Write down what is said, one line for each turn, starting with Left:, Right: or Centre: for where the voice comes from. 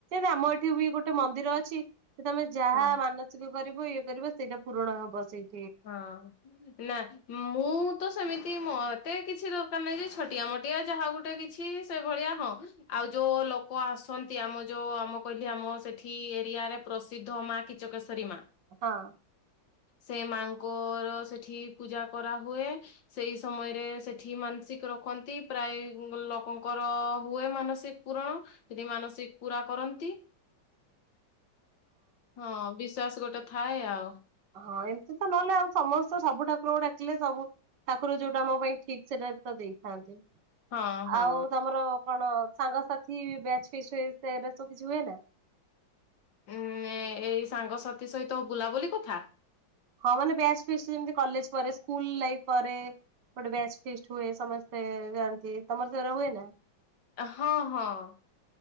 Right: ନା ଆମ ଏଠି ବି ଗୋଟେ ମନ୍ଦିର ଅଛି ତମେ ଯାହା
Left: ହଁ
Right: ମାନସିକ କରିବ ଇଏ କରିବ ସେଇଟା ପୂରଣ ହବ ସେଇ।
Left: ହଁ ନା ମୁଁ ତ ସେମି ତି ମତେ କିଛି ଦରକାର ନାହିଁ ଯେ ଛଟିଆ ମଟିଆ ଯାହା ଗୋଟେ କିଛି ସେଇ ଭଳିଆ ହଁ ଆଉ ଯୋଉ ଲୋକ ଆସନ୍ତି ଆମ ଯୋଉ ଆମ କହିଲେ ଆମ ସେଠି ଏରିଆରେ ପ୍ରସିଦ୍ଧ ମା କିଚକେଶରୀ ମା।
Right: ହଁ।
Left: ସେ ମାଙ୍କ ଙ୍କର ସେଠି ପୂଜା କରା ହୁଏ ସେଇ ସମୟରେ ସେଠି ମାନସିକ୍ ରଖନ୍ତି ପ ପ୍ରାୟ ଲକଙ୍କର ହୁଏ ମାନସିକ୍ ପୁରଣ ଯଦି ମାନସିକ୍ ପୁରା କରନ୍ତି। ହଁ ବିଶ୍ଵାସ୍ ଗୋଟେ ଥାଏ ଆଉ।
Right: ହଁ ଏମତି ତ ନହେଲେ ଆଉ ସମସ୍ତେ ସବୁ ଠାକୁରଙ୍କୁ ଡାକିଲେ ସବୁ ଠାକୁର ଯୋଉଟା ମୋ ପାଇଁ ଠିକ୍ ସେଟା ତ ଦେଇଥାନ୍ତି।
Left: ହଁ ହଁ
Right: ଆଉ ତମର କଣ ସାଙ୍ଗସାଥି ବ୍ୟାଚ୍ ଫିସ୍ଟି ସେରା ସବୁ କିଛି ହୁଏ ନା?
Left: ଉଁ ଏଇ ସାଙ୍ଗସାଥି ସହିତ ବୁଲାବୁଲି କଥା?
Right: ହଁ ମାନେ ବ୍ୟାଚ୍ ଫିଷ୍ଟ୍ ଯେମତି କଲେଜ୍ ପରେ ସ୍କୁଲ ଲାଇଫ୍ ପରେ ଗୋଟେ ବ୍ୟାଚ୍ ଫିଷ୍ଟ୍ ହୁଏ ସମସ୍ତେ ଯାଆନ୍ତି ତମର ସେରା ହୁଏ ନା?
Left: ହଁ-ହଁ।